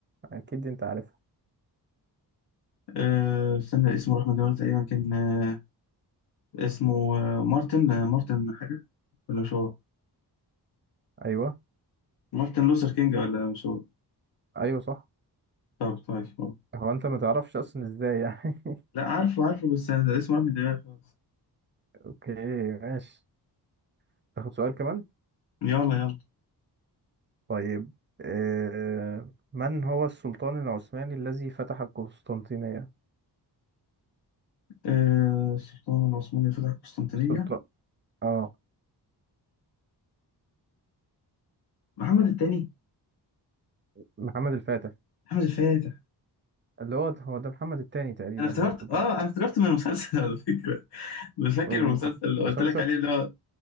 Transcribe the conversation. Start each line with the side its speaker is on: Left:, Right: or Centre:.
Right: أكيد أنت عارفها
Left: آه، استنى اسمه راح من دماغي تقريبا كان آه، اسمه آه، مارتن آه، مارتن حاجة ولا مش هو
Right: أيوه
Left: مارتن لوثر كينج ولا مش هو
Right: أيوه صح
Left: طب طيب طب.
Right: هو أنت ما تعرفش أصلا إزاي يعني <laughs>
Left: لا عارفه عارفه بس أنا اسمه راح من دماغي خالص
Right: اوكي ماشي تاخد سؤال كمان
Left: يلا يلا
Right: طيب آه، من هو السلطان العثماني الذي فتح القسطنطينية
Left: آه، السلطان العثماني اللي فتح القسطنطينية
Right: السلطان اه
Left: محمد الثاني
Right: محمد الفاتح
Left: محمد الفاتح
Right: اللي هو هو ده محمد الثاني تقريبا
Left: انا افتكرت
Right: برضه
Left: اه انا افتكرت من المسلسل <laughs> على فكره مش فاكر
Right: والله
Left: المسلسل اللي
Right: مسلسل
Left: قلت لك عليه اللي هو